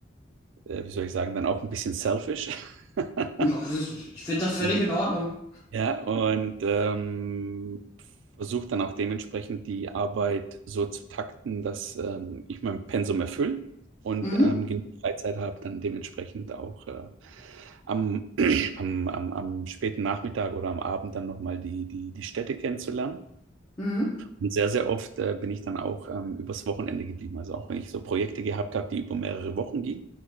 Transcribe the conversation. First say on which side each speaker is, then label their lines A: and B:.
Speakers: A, on the right; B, on the left.
A: äh, wie soll ich sagen, dann auch ein bisschen selfish. <laughs>
B: Ja, das ist- ich finde das völlig
A: In,
B: in Ordnung.
A: Ja, und ähm, versuche dann auch dementsprechend die Arbeit so zu takten, dass ähm, ich mein Pensum erfülle und
B: Mhm,
A: ähm, genug Freizeit habe, dann dementsprechend auch äh, am, <clears throat> am, am, am späten Nachmittag oder am Abend dann nochmal die, die, die Städte kennenzulernen.
B: mhm,
A: Und sehr, sehr oft äh, bin ich dann auch ähm, übers Wochenende geblieben. Also auch wenn ich so Projekte gehabt habe, die über mehrere Wochen gingen,